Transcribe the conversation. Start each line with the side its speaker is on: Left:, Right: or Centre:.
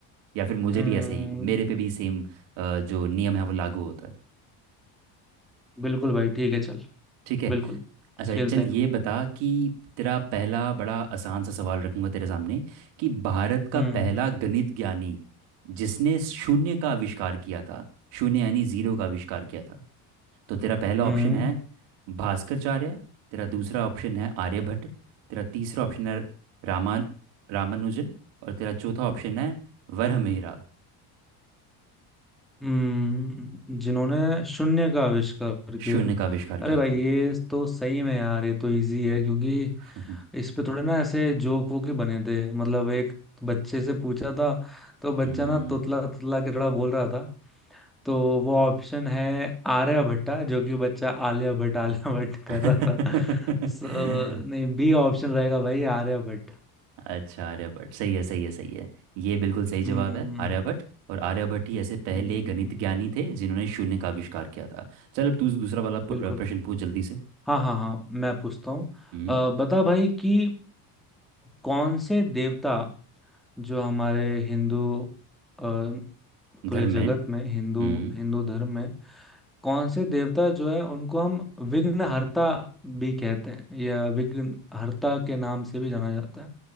Right: या फिर मुझे
Centre: हम्म
Right: भी ऐसे ही मेरे पे भी सेम जो नियम है वो लागू होता है
Centre: बिल्कुल भाई ठीक है चल
Right: ठीक है
Centre: बिल्कुल
Right: अच्छा
Centre: खेलते
Right: चल
Centre: हैं
Right: ये बता कि तेरा पहला बड़ा आसान सा सवाल रखूंगा तेरे सामने कि भारत का
Centre: हम्म
Right: पहला गणित ज्ञानी जिसने शून्य का आविष्कार किया था शून्य यानी जीरो का आविष्कार किया था तो तेरा पहला
Centre: हम्म,
Right: ऑप्शन है भास्करचार्य तेरा दूसरा ऑप्शन है आर्यभट्ट तेरा तीसरा ऑप्शन है रामा रामानुजन और तेरा चौथा ऑप्शन है वरहमिहिरा
Centre: हम्म जिन्होंने शून्य का आविष्कार किया
Right: शून्य का आविष्कार
Centre: अरे
Right: किया
Centre: भाई
Right: था
Centre: ये तो सही में यार ये तो इजी है क्योंकि
Right: <laughs>
Centre: इस पे थोड़े ना ऐसे जोक वोक ही बने थे मतलब एक बच्चे से पूछा था तो बच्चा
Right: हम्म
Centre: ना तुतला तुतला के थोड़ा बोल रहा था तो वो ऑप्शन है आर्यभट्टा जो कि बच्चा आलिया भट्ट आलिया <laughs> भट्ट कर
Right: <laughs>
Centre: रहा था सो नहीं बी ऑप्शन रहेगा भाई आर्यभट्ट
Right: अच्छा आर्यभट्ट सही है सही है सही है ये बिल्कुल सही जवाब
Centre: हम्म
Right: है आर्यभट्ट और आर्यभट्ट ही ऐसे पहले
Centre: हम्म,
Right: गणित ज्ञानी थे जिन्होंने शून्य का आविष्कार किया था चल अब तू दूसरा वाला प्र-
Centre: बिल्कुल
Right: प्रश्न पूछ जल्दी से
Centre: हाँ हाँ हाँ मैं पूछता हूँ
Right: हम्म
Centre: अ, बता भाई कि कौन से देवता जो हमारे हिंदू अ, पूरे
Right: धर्म
Centre: जगत
Right: में
Centre: में हिंदू
Right: हम्म
Centre: हिंदू धर्म में कौन से देवता जो है उनको हम विघ्नहर्ता भी कहते हैं या विघ्नहर्ता के नाम से भी जाना जाता है